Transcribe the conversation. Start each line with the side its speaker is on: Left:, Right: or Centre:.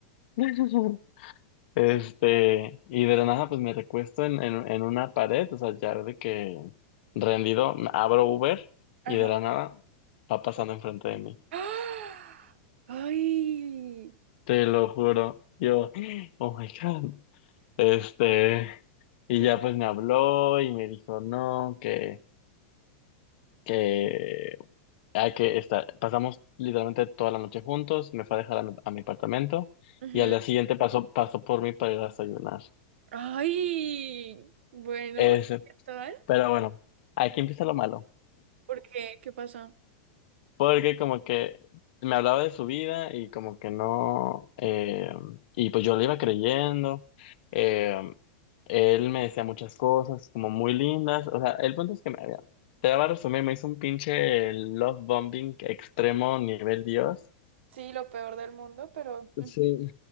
Left: <laughs> Este, y de la nada, pues me recuesto en, en, en una pared, o sea, ya de que rendido, abro Uber
Right: Ajá.
Left: y de la nada va pasando enfrente de mí.
Right: ¡Ah! ¡Ay!
Left: Te lo juro. Yo, <gasps> oh my God. Este, y
Right: Te-
Left: ya pues me habló y me dijo, no, que, que hay que estar, pasamos literalmente toda la noche juntos, me fue a dejar a mi, a mi apartamento
Right: ujú.
Left: y al día siguiente pasó, pasó por mí para ir a desayunar.
Right: ¡Ay! Bueno,
Left: Ese,
Right: ¿qué tal?
Left: pero bueno, aquí empieza lo malo.
Right: ¿Por qué? ¿Qué pasó?
Left: porque como que me hablaba de su vida y como que no, eh, y pues yo le iba creyendo, eh, él me decía muchas cosas como muy lindas, o sea, el punto es que me había, te voy a resumir, me hizo un pinche love bombing extremo nivel Dios.
Right: Sí, lo peor del mundo, pero... mm,
Left: Sí.